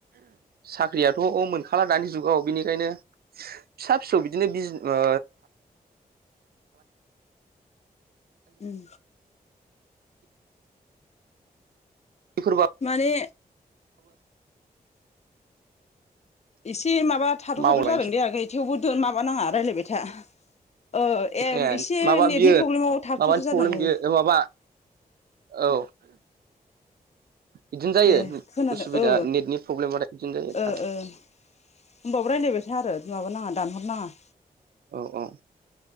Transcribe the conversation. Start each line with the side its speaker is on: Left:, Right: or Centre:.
Right: साख्रियाथ' औ मोनखाला दानि जुगाव बिनिखायनो फिसा फिसौ बिदिनो बिज ओ
Left: उम
Right: बेफोरबा
Left: माने एसे माबा थाद'
Right: मावलायनोसै
Left: थाथ' जादों दे आगै थेवबो माबानाङा रायज्लायबाय था। ओ एम
Right: ए
Left: एसे
Right: माबा
Left: नेटनि
Right: बियो
Left: प्रब्लेमाव थाबथाथार
Right: माबानि प्रब्लेम
Left: जादों
Right: बियो
Left: औ।
Right: माबा औ बिदिनो जायो
Left: दे खोनादों
Right: उसुबिदा
Left: ओ
Right: नेटनि प्रब्लेम बिदिनो जायो
Left: ओ
Right: थार।
Left: ओ होमबाबो रायज्लायबायथा आरो माबानाङा दानहरनाङा।
Right: औ औ